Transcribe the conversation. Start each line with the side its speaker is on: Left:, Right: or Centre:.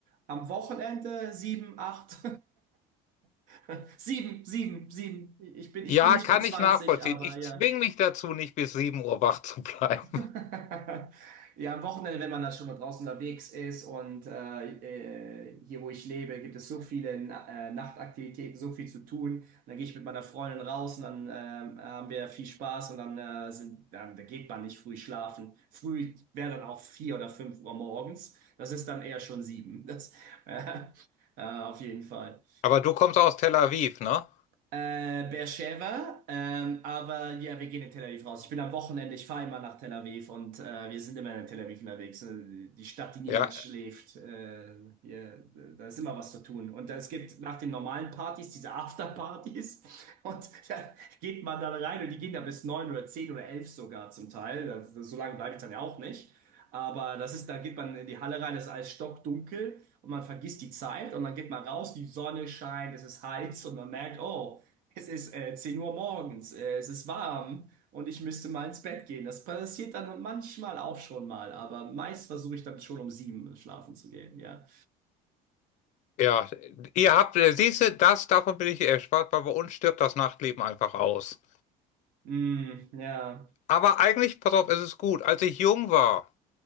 Right: Am Wochenende 7, 8, <laughs> 7, 7, 7. Ich bin, ich
Left: Ja,
Right: bin nicht
Left: kann
Right: mehr 20,
Left: ich nachvollziehen.
Right: aber
Left: Ich
Right: ja.
Left: zwinge mich dazu, nicht bis 7 Uhr wach zu bleiben.
Right: <laughs> Ja, am Wochenende, wenn man dann schon mal draußen unterwegs ist und äh, äh, hier, wo ich lebe, gibt es so viele Na äh, Nachtaktivitäten, so viel zu tun. Und dann gehe ich mit meiner Freundin raus und dann ähm, haben wir viel Spaß und dann, äh, sind, dann da geht man nicht früh schlafen. Früh wäre dann auch vier oder fünf Uhr morgens. Das ist dann eher schon sieben. Das, <laughs> äh, auf jeden Fall.
Left: Aber du kommst aus Tel Aviv, ne?
Right: Äh, Beersheva, ähm, aber ja, wir gehen in Tel Aviv raus. Ich bin am Wochenende, ich fahre immer nach Tel Aviv und äh, wir sind immer in Tel Aviv unterwegs. Äh, Die Stadt, die niemals
Left: Ja,
Right: schläft. Äh, hier, da ist immer was zu tun. Und es gibt nach den normalen Partys diese Afterpartys <laughs> und da geht man dann rein und die gehen da bis neun oder zehn oder elf sogar zum Teil. Das, das, so lange bleibe ich dann ja auch nicht. Aber das ist, da geht man in die Halle rein, es ist alles stockdunkel und man vergisst die Zeit und dann geht man raus, die Sonne scheint, es ist heiß und man merkt, oh, es ist äh, 10 Uhr morgens, äh, es ist warm und ich müsste mal ins Bett gehen. Das passiert dann manchmal auch schon mal, aber meist versuche ich dann schon um sieben schlafen zu gehen, ja.
Left: ja. Ihr habt, äh, siehst du, das, davon bin ich erspart, weil bei uns stirbt das Nachtleben einfach aus.
Right: Mm, ja.
Left: Aber eigentlich, pass auf, es ist gut. Als ich jung war,